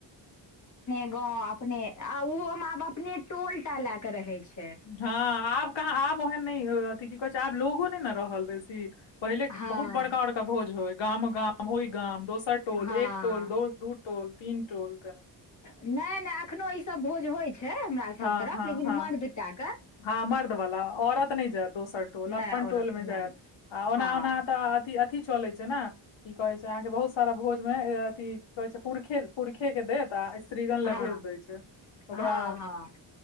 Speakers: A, on the left; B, on the left.
A: गाँंव अपने आ ओहो में आब अपने टोल टा लय के रहे छै
B: हँ आब कहाँ आब ओहन नहि अथि की कहै छै आब लोगो नहि ने रहल बेसी पहिले
A: हँ
B: बहुत बड़का बड़का भोज होय गाम गाम होइ गाम दोसर टोल
A: हँ
B: एक टोल दो दू ोल तीन टोल त
A: नहि नहि एखनो ईसभ भोज होइत छै हमर
B: हँ
A: सभ तरफ
B: हँ
A: लेकिन
B: हँ
A: मर्द टाक
B: हँ मर्द वला औरत नहि जायत दोसर टोल
A: नहि
B: अपन
A: औरत
B: टोल मे
A: नहि
B: जायत आ ओना
A: हँ
B: ओना तऽ अ अथी चलैत छै ने की कहैत छै अहाँके बहुत सारा भोजमे अथि की कहैत छै पुरखे पुरखेके देत आ श्रीगण
A: हँ
B: ले भेज देय छै ओकरा
A: हँ हँ